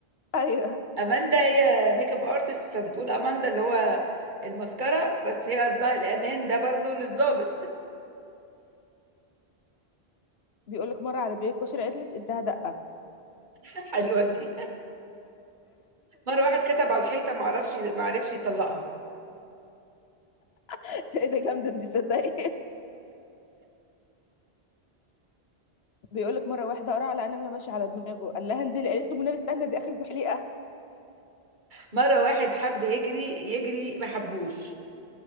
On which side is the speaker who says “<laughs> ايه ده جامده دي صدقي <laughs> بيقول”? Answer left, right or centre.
Left